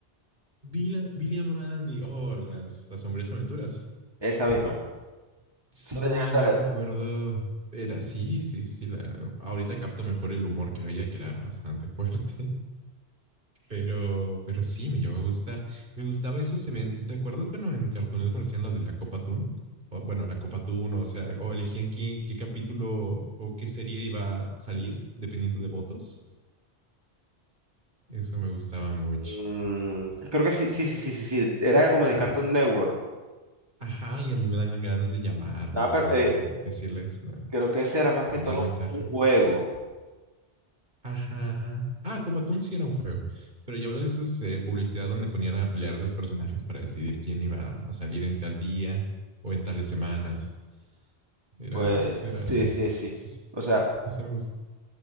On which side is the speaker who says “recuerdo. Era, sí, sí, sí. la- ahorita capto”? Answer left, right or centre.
Right